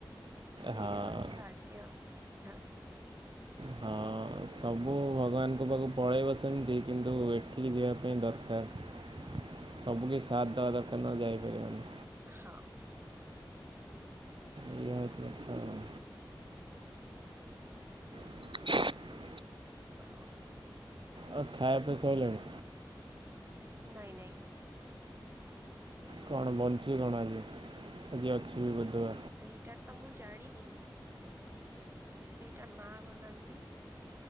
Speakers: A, on the right; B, on the right.
A: ସେଇଟା
B: ହଁ।
A: ହଉଛି ଭାଗ୍ୟଥା
B: ହଁ ସବୁ ଭଗବାନଙ୍କ ପାଖକୁ ପଳେଇବ ସେମିତି କିନ୍ତୁ ଏ ଏଠିକି ଯିବା ପାଇଁ ଦରକାର ସବୁକିଛି ସଥ୍ ଦେବା ଦରକାରା ନହେଲେ ଯାଇପାରିବନି।
A: ହଁ।
B: ଏଇଆ ହଉଚି କଥା ଆଉ <inaudible>
A: ଅଁଉ
B: ଆଉ ଖାଇବା ପିଇବା ସଇଲାଣି।
A: ନାଇଁ ନାଇଁ।
B: କଣ ବନ୍ଚି କଣ ଆଜି ଆଜି ଅଛି ବି ବୁଧୁବାର
A: ସେହିଟା ତ ମୁଁ ଜାଣିନି। ଏଇଟା ମା ବନାନ୍ତି।